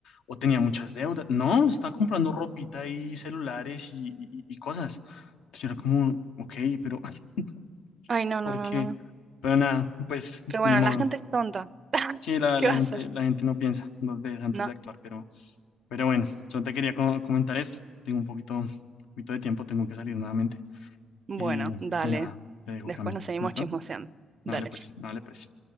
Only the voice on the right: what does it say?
ay, no,
no, no,
no, no.
Pero bueno,
la gente es tonta. <laughs>
¿Qué
va
a hacer?
No.
Bueno,
dale,
después
nos seguimos
chismoseando. Dale.